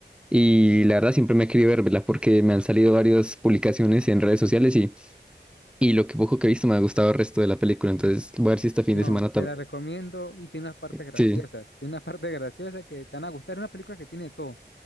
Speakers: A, in the centre; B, on the left.
A: Y la verdad siempre me he querido verla porque me han salido varias publicaciones en redes sociales y, y lo que poco que he visto me ha gustado el resto de la película. Entonces voy a ver si este fin
B: No,
A: de semana
B: se
A: también.
B: la recomiendo y tiene unas partes graciosas,
A: Sí.
B: tiene unas <laughs> partes graciosas que te van a gustar, es una película que tiene de todo.